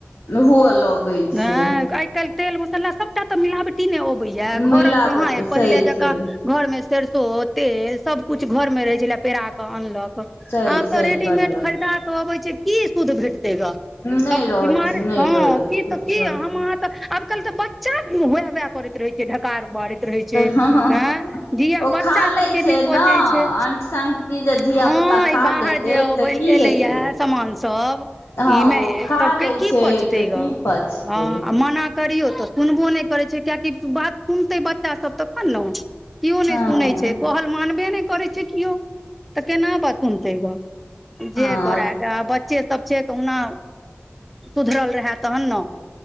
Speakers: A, on the left (about 80°); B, in the centre.
A: हुअ लगै
B: हँ
A: छै
B: आइ काइल तेल मसाला सब एकटा तऽ मिलावटी ने अबै या घरक
A: मिलावट
B: कहाँ य पहिले
A: सही
B: जकाँ
A: छै
B: घर मे सरसो तेल सब कुछ घर मे रहै छलए पेरा के अनलक
A: सही
B: आब तऽ
A: सही
B: रेडीमेड
A: कहलियौ
B: खरीदा के अबै छै की शुद्ध भेटतेगा
A: नहि
B: तब
A: रहै
B: बीमार
A: छै नहि
B: हाँ
A: रहै छै किछो
B: की हम अहाँ त आब कल तऽ बच्चा हु करैत रहे छै ढकार मारैत रहे छै
A: हँ हँ
B: हिया
A: ओ
B: बच्चा
A: खा लै
B: सब के
A: छै
B: नै पचे
A: ने
B: छै
A: अंट संट कि जे धिया
B: हँ
A: पुता
B: ई
A: खा
B: बाहर
A: लेतै
B: जे
A: तऽ की
B: एलैए
A: हेतै
B: सामान सभ
A: हँ
B: इ मे
A: ओ खा
B: सबके
A: लै
B: की
A: छै
B: पचते
A: तऽ
B: गे
A: की पचतै
B: ह मना करियौ तऽ सुनबो नहि करैत छै कियकि बात सुनतै बच्चास सब तखन ने केओ नहि
A: हँ
B: सुनै छै कहल मानबे नहि करैत छै केओ तऽ केना बा सुनतै जे
A: हँ
B: करय गे बच्चे सब छै कहुना सुधरल रहए तहन ने